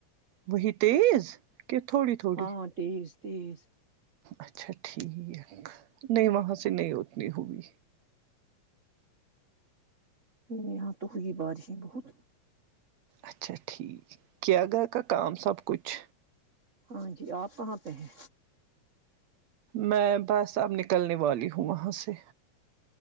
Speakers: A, on the right (about 75°); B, on the right (about 40°).
A: وہی تیز کہ تھوڑی تھوڑی
B: ہاں تیز تیز
A: اچھا ٹھیک نہیں وہاں سے نہیں اتنی ہوئی
B: نہیں یہاں تو ہوئی بارشیں بہت
A: اچھا ٹھیک کیا گھر کا کام سب کچھ
B: ہاں جی آپ کہاں پے ہیں
A: میں بس اب نکلنے والی ہوں وہاں سے